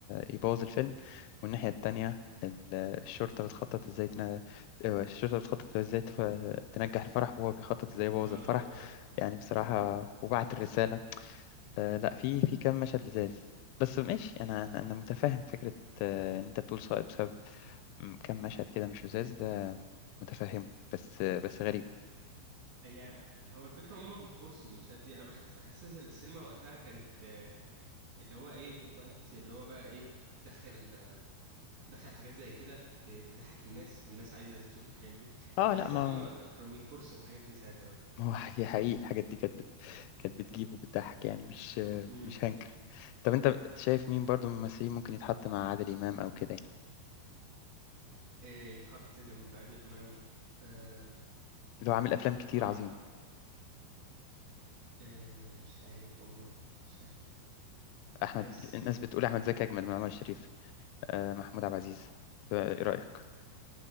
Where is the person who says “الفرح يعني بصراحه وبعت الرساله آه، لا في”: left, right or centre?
Left